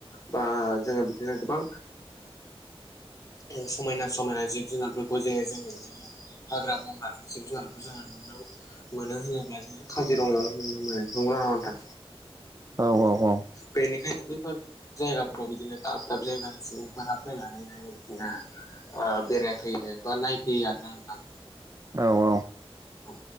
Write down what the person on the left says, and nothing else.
बा जोङो बिदिनो गोबां ओ समना समायना जिब जुनारफोरखौ <unintelligible> जोङो बिदिनो हाग्रा बंग्रा जिब जुनारखौ जोङो नुनो मोनो होनोब्ला जोङो काजिरङायावनो नुनो मोनो नंगौना नङा नोंथां
बेनिखायनो बैफोर जायगाफोराव बिदिनो दाब दाब जायगानि सुबुंफोरा फैनानैहाय बिदिनो ओ बेरायफैयो बा नायफैयो आरोना नोंथां
औ